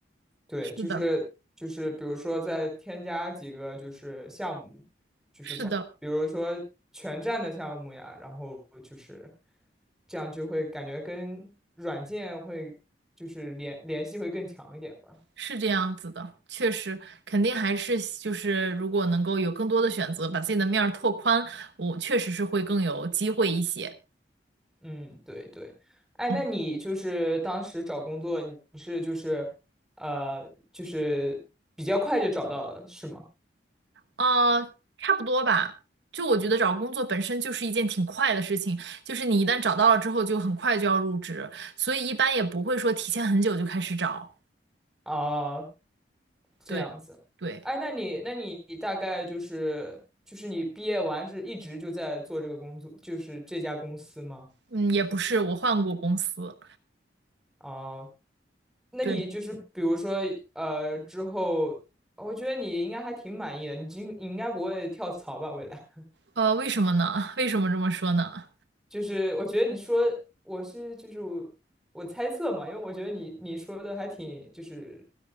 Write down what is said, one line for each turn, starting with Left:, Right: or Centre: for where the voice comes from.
Centre: 对，
Right: 是的，
Centre: 就是就是比如说再添加几个就是项目，就是把比如说全站的项目呀，
Right: 是的。
Centre: 然后就是这样就会感觉跟软件会就是联联系会更强一点吧。
Right: 是这样子的，确实，肯定还是就是如果能够有更多的选择，把自己的面儿拓宽，我确实是会更有机会一些。
Centre: 嗯，对对，哎，
Right: 嗯，
Centre: 那你就是当时找工作，你是就是呃，就是比较快就找到了，是吗？
Right: 呃，差不多吧。就我觉得找工作本身就是一件挺快的事情，就是你一旦找到了之后，就很快就要入职，所以一般也不会说提前很久就开始找。
Centre: 哦，这样子，
Right: 对，对，
Centre: 哎，那你那你大概就是就是你毕业完是一直就在做这个工作，就是这家公司吗？
Right: 嗯，也不是，我换过公司。
Centre: 哦，那你就是比如说呃之后，
Right: 对，
Centre: 我觉得你应该还挺满意的，你今你应该不会跳槽吧？未来？
Right: 呃，为什么呢？<laughs> 为什么这么说呢？
Centre: 就是我觉得你说我是就是我我猜测嘛，因为我觉得你你说的还挺就是